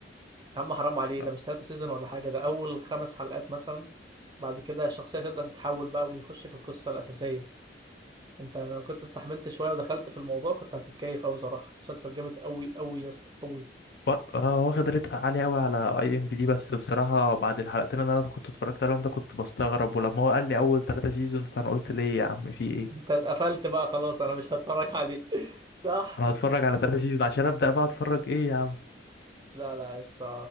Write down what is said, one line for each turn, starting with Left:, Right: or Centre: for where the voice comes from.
Right: يا عم حرام
Left: ف-
Right: عليه ده مش تلاتة سيزون ولا حاجه ده اول خمس حلقات مثلا بعد كده الشخصيه تبدا تتحول بقى ويخش في القصه الاساسيه انت لو كنت استحملت شويه ودخلت في الموضوع كنت هتتكيف قوي صراحه مسلسل جامد قوي قوي يا اسطى قوي
Left: وا- آه، واخد ريت عالي أوي على اي ام بي دي بس بصراحة بعد الحلقتين اللي أنا كنت اتفرجت عليهم ده كنت بستغرب ولما هو قال لي أول تلاتة سيزون فأنا قلت ليه يا عم في ايه
Right: انت اتقفلت بقى خلاص انا مش هتفرج عليه <laughs> صح
Left: أنا هتفرج على تلاتة سيزون عشان أبدأ بقى أتفرج ايه يا
Right: لا لا يا اسطى